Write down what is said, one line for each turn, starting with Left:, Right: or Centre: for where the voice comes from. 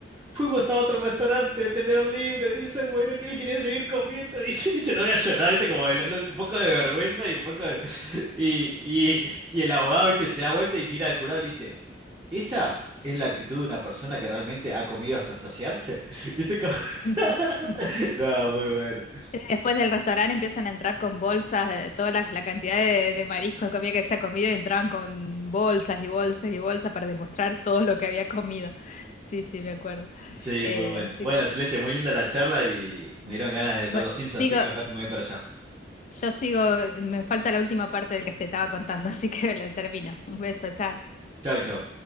Right: Fuimos a otro restaurante de tener libre, dice, bueno, que él quería seguir comiendo <laughs> y se, y se larga a llorar, viste, como de la- no, un poco de vergüenza y un poco de... Y, y, y el abogado, viste, se da vuelta y mira al jurado y le dice, ¿esa es la actitud de una persona que realmente ha comido hasta saciarse? Viste, como... <laughs>
Left: <laughs>
Right: No, muy bueno.
Left: Después del restaurante empiezan a entrar con bolsas, eh, toda la, la cantidad de, de mariscos que comida que se ha comido y entraban con bolsas y bolsas y bolsas para demostrar todo lo que había comido. <laughs> Sí, sí, me acuerdo.
Right: Sí,
Left: Eh,
Right: muy bueno.
Left: así
Right: Bueno,
Left: que,
Right: Celeste, muy linda la charla y me dieron ganas de ver
Left: bueno,
Right: los Simpsons,
Left: sigo,
Right: así que me parece muy bien para allá.
Left: yo sigo, me falta la última parte del que te estaba contando, <laughs> así que la termino. Un beso, chao.
Right: Chau, chau.